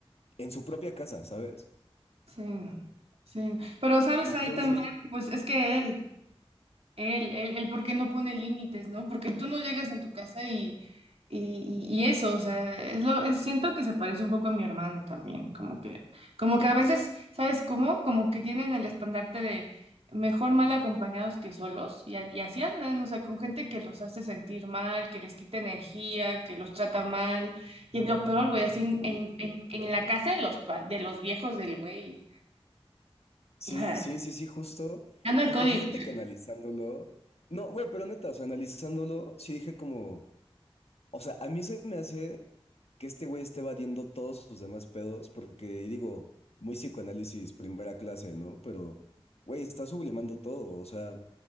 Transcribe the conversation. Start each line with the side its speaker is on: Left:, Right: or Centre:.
Left: en su propia casa, ¿sabes?
Right: Sí, no, sí. no. Pero sabes
Left: Entonces...
Right: ahí también, pues es que él, él, él, él, ¿por qué no pone límites, no? Porque tú no llegas en tu casa y, y, y- y eso, o sea, es lo, es- siento que se parece un poco a mi hermano también, como que, como que a veces, ¿sabes cómo? Como que tienen el estandarte de mejor mal acompañados que solos, y, a- y así andan, o sea, con gente que los hace sentir mal, que les quita energía, que los trata mal, y lo peor, güey, así en,
Left: Justo.
Right: en, en- en la casa de los, pa- de los viejos del güey.
Left: Sí,
Right: <laughs>
Left: sí, sí, sí, justo.
Right: Ya no hay
Left: Aunque
Right: código.
Left: fíjate que analizándolo, no, güey, pero neta, o sea, analizándolo, sí dije como, o sea, a mí se me hace que este güey esté evadiendo todos sus demás pedos, porque y digo, muy psicoanálisis, primera clase, ¿no? Pero, güey, está sublimando todo, o sea,